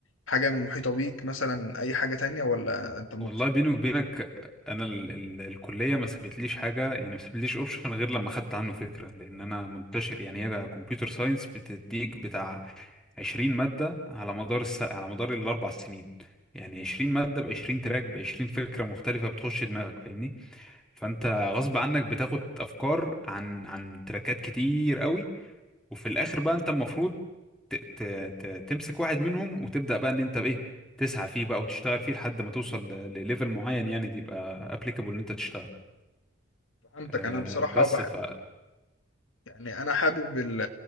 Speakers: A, on the left; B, in the centre.
A: حاجة محيطة بيك مثلًا أي حاجة تانية والّا أنت مكت
B: والله بيني وبينك انا ال ال الكليه ما سابتليش حاجه يعني ما سابتليش اوبشن غير لما خدت عنه فكره لان انا منتشر يعني هي كمبيوتر ساينس بتديك بتاع 20 مادة على مدار الس... على مدار الأربع سنين يعني 20 مادة ب 20 تراك ب 20 فكرة مختلفة بتخش دماغك فاهمني فأنت غصب عنك بتاخد أفكار عن عن تراكات كتير قوي وفي الآخر بقى أنت المفروض ت... ت... ت... تمسك واحد منهم وتبدأ بقى إن أنت بإيه تسعى فيه بقى وتشتغل فيه لحد ما توصل ل- لليفل معين يعني تبقى applicable إن أنت تشتغل
A: فهمتك،
B: أه
A: أنا بصراحة
B: بس
A: باحب
B: ف...
A: يعني انا حابب ال-